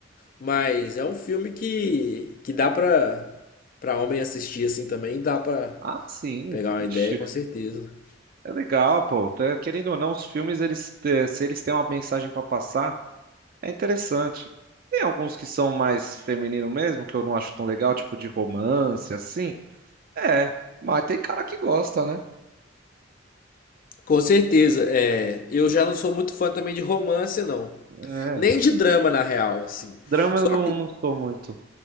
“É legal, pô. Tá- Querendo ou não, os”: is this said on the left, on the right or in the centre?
Right